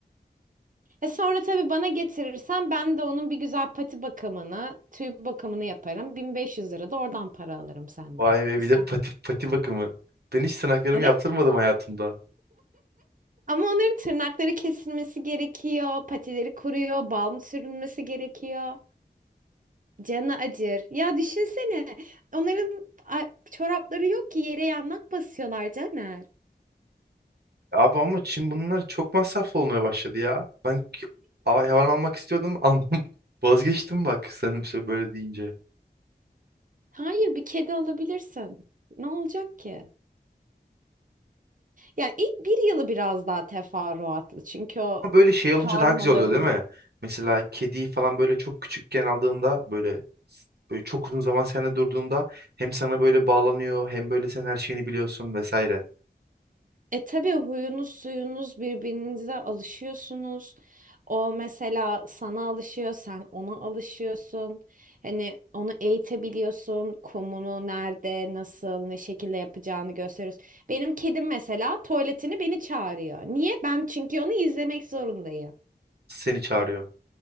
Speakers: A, on the right (about 50°); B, on the right (about 70°).
A: E sonra tabii bana getirirsen ben de onun bir güzel pati bakımını, tüy bakımını yaparım. 1500 lira da oradan para alırım senden.
B: Vay be
A: İster.
B: bir de pati, pati bakımı. Ben hiç tırnaklarımı
A: Evet,
B: yaptırmadım hayatımda.
A: Ama onların tırnakları kesilmesi gerekiyor, patileri kuruyor, balm sürülmesi gerekiyor. Canı acır. Ya düşünsene, onların a- çorapları yok ki yere yanmak basıyorlar Caner.
B: Abi ama şimdi bunlar çok masraflı olmaya başladı ya. Ben k- a- hayvan almak istiyordum almam. <laughs> Vazgeçtim bak sanırım sö- böyle deyince.
A: Hayır, bir kedi alabilirsin. Ne olacak ki? Yani ilk bir yılı biraz daha teferruatlı çünkü o
B: Ama böyle şey olunca
A: karmalarını.
B: daha güzel oluyor değil mi? Mesela kediyi falan böyle çok küçükken aldığında böyle böyle çok uzun zaman seninle durduğunda hem sana böyle bağlanıyor hem böyle sen her şeyini biliyorsun vesaire.
A: E tabii huyunuz suyunuz birbirinize alışıyorsunuz. O mesela sana alışıyor, sen ona alışıyorsun. Hani onu eğitebiliyorsun. Kumunu nerede, nasıl, ne şekilde yapacağını gösteriyoruz. Benim kedim mesela tuvaletini beni çağırıyor. Niye? Ben çünkü onu izlemek zorundayım.
B: Seni çağırıyor.